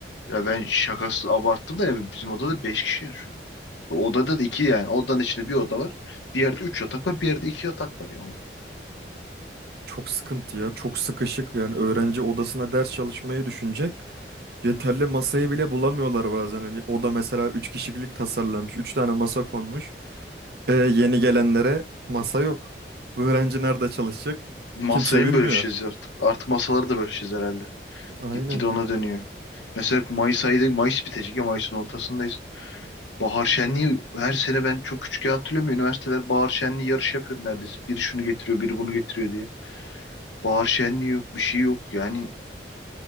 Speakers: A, on the left (about 85°); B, on the right (about 60°).
A: ya ben şakası abarttım da ya bizim odada 5 kişi ya şu an. Odada da iki yani odanın içinde bir oda var. Bir yerde üç yatak var, bir yerde iki yatak var yani.
B: Çok sıkıntı ya. Çok sıkışık. Yani öğrenci odasına ders çalışmayı düşünecek. Yeterli masayı bile bulamıyorlar bazen. Hani oda mesela 3 kişilik tasarlanmış. üç tane masa konmuş. E, yeni gelenlere masa yok. Bu öğrenci nerede çalışacak?
A: Masayı
B: Kimse bilmiyor.
A: mı bölüşeceğiz artık? Artık masaları da bölüşeceğiz herhalde.
B: Aynen.
A: Gitgide ona dönüyor. Mesela Mayıs ayı Mayıs bitecek ya Mayıs'ın ortasındayız. Bahar şenliği her sene ben çok küçükken hatırlıyorum. ya, Üniversiteler bahar şenliği yarışı yapıyordu neredeyse. Biri şunu getiriyor, biri bunu getiriyor diye. Bahar şenliği yok, bir şey yok. Yani